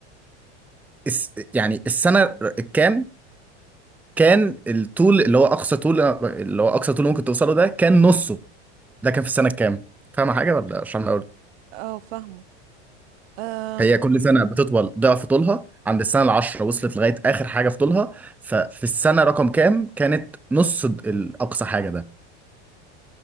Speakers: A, in the centre; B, on the right.
A: الس- يعني السنه الكام كان الطول اللي هو اقصى طول اللي هو اقصى طول ممكن توصله ده كان نصه ده كان في السنه الكام فاهم حاجه ولا عشان
B: اه فاهمة أم،
A: هي كل سنة بتطول ضعف طولها عند السنة العشرة وصلت لغاية آخر حاجة في طولها ففي السنة رقم كام كانت نص د- الأقصى حاجة ده